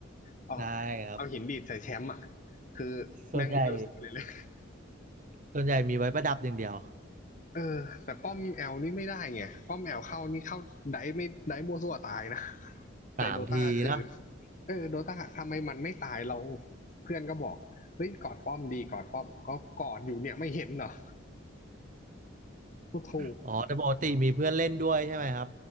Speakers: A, on the left; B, on the right.
A: เอา
B: ใช่ครับ
A: เอาหินดีดใส่แชมป์อ่ะคือแม่งไม่รู้สึกเลยเลย
B: ส่วนใหญ่ส่วนใหญ่มีไว้ประดับอย่างเดียว
A: <laughs> เออแต่ป้อมแอลนี่ไม่ได้ไงป้อมแอลเข้านี่เข้าได้ไม่ได้มัวซั่วตายนะ <laughs>
B: สามทีนะ
A: แต่โดตาคือเออโดตาทำไมมันไม่ตายเราเพื่อนก็บอกเฮ้ยกอดป้อมดีกอดป้อมก็กอดอยู่เนี่ยไม่เห็นเหรอโอ้โห
B: อ๋อแต่ปกติมีเพื่อนเล่นด้วยใช่ไหมครับ